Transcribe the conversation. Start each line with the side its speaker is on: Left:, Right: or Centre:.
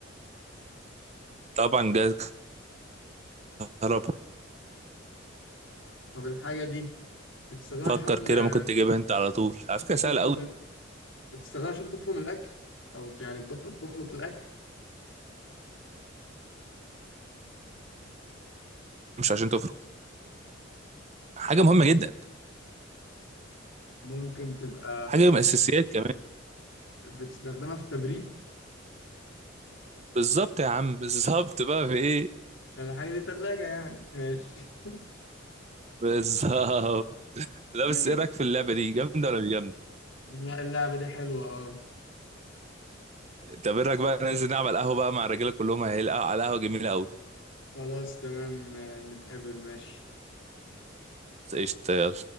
Right: طبعا جهاز كهرباء
Left: طب الحاجة دي بتستخدمها
Right: فكر
Left: عشان
Right: كده
Left: آه،
Right: ممكن تجيبها أنت على طول على فكرة سهلة
Left: تفرم
Right: أوي
Left: ال... بتستخدمها عشان تفرم الأكل أو يعني تخ... تخلط الأكل
Right: مش عشان تفرق حاجة مهمة
Left: آه،
Right: جدا
Left: ممكن تبقى
Right: حاجة من الأساسيات كمان
Left: بتستخدمها في التبريد
Right: بالظبط يا عم بالظبط بقى في إيه
Left: الحاجة دي تلاجة يعني ماشي
Right: بالظبط لا
Left: <laughs>
Right: بس إيه رأيك في اللعبة دي جامدة ولا مش جامدة
Left: لا، اللعبة دي حلوة اه
Right: طب إيه رأيك بقى ننزل نعمل قهوة بقى مع الرجالة كلهم هيلقوا على قهوة جميلة أوي
Left: خلاص تمام آه، نتقابل ماشي
Right: قشطة يلا